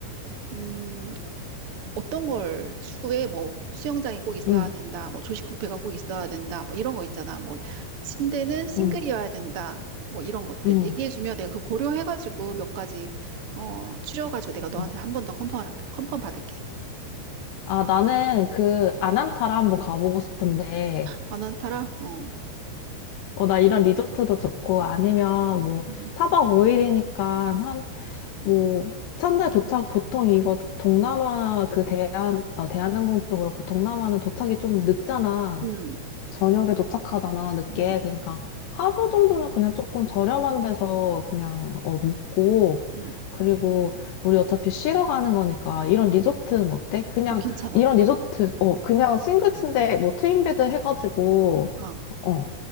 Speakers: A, on the right; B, on the left.
A: 음, 어떤 걸 추구해? 뭐 수영장이 꼭 있어야
B: 응,
A: 된다. 뭐 조식 뷔페가 꼭 있어야 된다. 뭐 이런 거 있잖아. 뭐 침대는 싱글이어야
B: 응,
A: 된다. 뭐 이런 것들
B: 응.
A: 얘기해주면 내가 그 고려해가지고 몇 가지 어 추려가지고 내가 너한테
B: 응.
A: 한 번 더 컨펌 할게. 컨펌 받을게.
B: 아, 나는 그 아난타라 한번 가보고 싶은데,
A: 안 한타라? 어.
B: 어, 나 이런 리조트도 좋고, 아니면 뭐,
A: 음.
B: 4박 5일이니까 한, 뭐, 첫날 도착, 보통 이거 동남아 그 대한, 어, 대한항공도 그렇고, 동남아는 도착이 좀 늦잖아.
A: 음.
B: 저녁에 도착하잖아, 늦게.
A: 음.
B: 그러니까 하루 정도는 그냥 조금 저렴한 데서 그냥 어, 묵고,
A: 음.
B: 그리고 우리 어차피 쉬러 가는 거니까 이런 리조트는 어때? 그냥
A: 어 괜찮아.
B: 이런 리조트, 어, 그냥 싱글침대 뭐 트윈베드 해가지고,
A: 어.
B: 어,